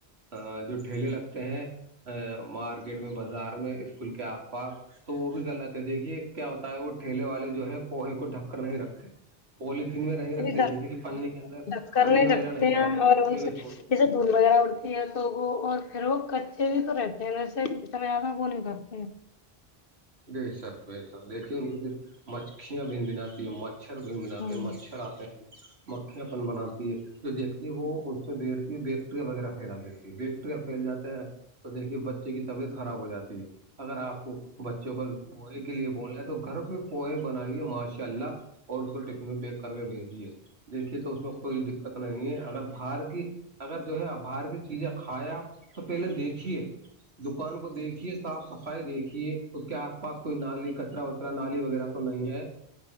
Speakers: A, on the right; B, on the left.
A: <unintelligible> ا جو ٹھیلے لگتے ہیں ا مارکیٹ میں بازار میں اسکول کے آس پاس <unintelligible> تو وہ بھی گل آتے ہے دیکھیے کیا ہوتا ہے وہ ٹھیلے والے جو ہے پوہے کو ڈھک کر نہیں رکھتے <unintelligible> پولیتن میں <unintelligible>
B: د
A: جیسے کہ پنی کے اندر
B: دکک
A: پنی
B: نہیں
A: وغیرہ
B: رکھتے
A: لگاتے
B: ہیں اور
A: کھلے
B: ان
A: میں
B: سے
A: چھوڑ دیتے
B: جسے د <unintelligible> بیاہ اڑتی ہے تو وہ اور پھر وہ کچے بھی تو رہتے ہیں ویسے بھی جت میں آد وہ نہیں کرتے ہیں <unintelligible>
A: بے سک بے شک دیکھیے ان کو پھر مچھیاں ب بناتتی ہے <unintelligible> مچھر بھی مناتے
B: ہاں
A: ہیں مچھر آتے ہیں <unintelligible> پن بناتی ہے جو دیکھتی ہے وہ اس سے بیھتی ہے <unintelligible> ٹریا وغیرہ پھیلا دیتی ہے بیکٹریاں پھیل جا ہے <unintelligible> تو دیکھیے بچے کی طبیعت خراب ہو جاتی ہے اگر آپ <unintelligible> بچوں کو پوہے کے لیے بولنا ہے تو گھر پہ پوہے بنائیے ماشاء اللہ اور اس کو ٹفنوں کے <unintelligible> پ کر کے بھیج دیے دیکھیے تو اس میں کوئی دقت <unintelligible> دقت نہیں ہے اگر باہر کی اگر جو ہے باہر کی چیزیں کھیا آپ تو پہلے دیکھیے <unintelligible> دکان کو دیکھیے صاف صفائی دیکھیے اس کے آس پاس کوئی نالی کا <unintelligible> را وترا نالی وغیرہ تو نہیں ہے